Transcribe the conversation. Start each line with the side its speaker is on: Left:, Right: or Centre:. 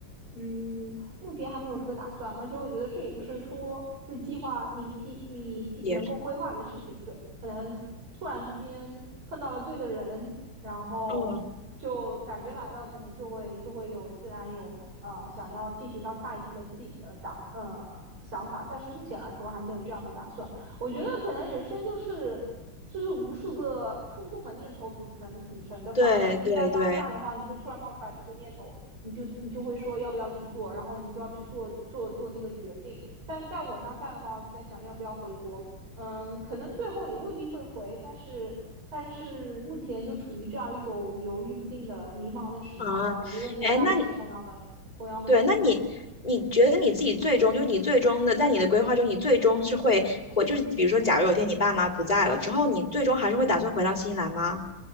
Right: 嗯，目前还没有这个打算，而且我觉得这也不是说是计划你计你计能够规划的事情，
Left: 也是，
Right: 对，可能突然之间碰到了对的人，然后就感觉来了，
Left: 嗯，
Right: 可能就会就会有自然有呃想要进行到下一步的计呃打呃想法，但是目前来说还没有这样的打算。我觉得可能人生就是就是无数个冲动的念头组成组成的吧，
Left: 对对对，
Right: 就是你在当下的话，你就突然冒出来这个念头。你就你就会说要不要去做，然后你就要去做做做那个决定。但是在我当下的话，我就在想要不要回国，嗯，可能最后也未必会回，但是但是目前就处于这样一种犹豫不定的迷茫的时期吧。
Left: 啊，
Right: 我觉得你应该也是同样的同样的境况，
Left: 哎，那你。对，那你你觉得你自己最终，就是你最终的，在你的规划中，你最终是会回，就是比如说，假如有一天你爸妈不在了之后，你最终还是会打算回到新西兰吗？